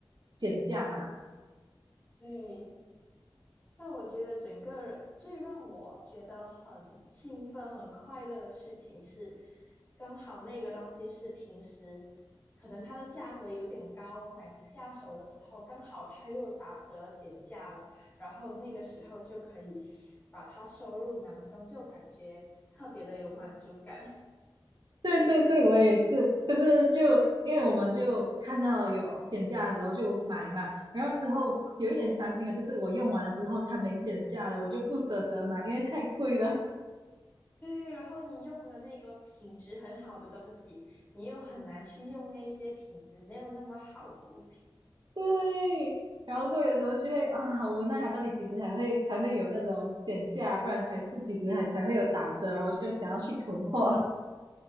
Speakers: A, on the right; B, on the left.
A: 减价嘛。
B: 对，但我觉得整个最让我觉得很兴奋、很快乐的事情是，刚好那个东西是平时可能它的价格有点高，买不下手的时候，刚好它又打折减价了，然后那个时候就可以把它收入囊中，就感觉特别的有满足感。
A: 对对对，我也是，可是就因为我们就看到有减价的时候就买嘛，然后之后有一点伤心的就是我用完了之后它没减价了，我就不舍得买，因为太贵了。
B: <laughs> 对，然后你用的那个品质很好的东西，你又很难去用那些品质没有那么好的物品。
A: 对，然后过后有时候就会啊，好无奈啊，他到底几时才会才会有那种减价，不然还是几时还才会有打折，然后就想要去囤货。<laughs>